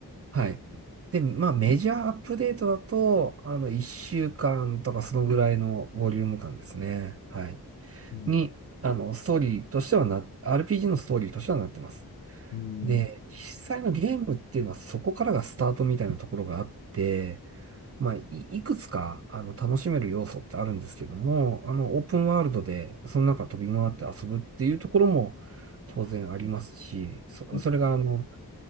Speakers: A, on the right (about 40°); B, on the left (about 75°).
A: はい。で、まあ、メジャーアップデートだと、あの、1週間とかそのぐらいのボリューム感ですね。はい。
B: うん
A: に、あの、ストーリーとしてはな、RPG のストーリーとしてはなってます。
B: うん
A: で、実際のゲームっていうのはそこからがスタートみたいなところがあって、まあ、い、いくつか、あの、楽しめる要素ってあるんですけども、あの、オープンワールドで、その中飛び回って遊ぶっていうところも当然ありますし、そ、
B: はい
A: それが、あの、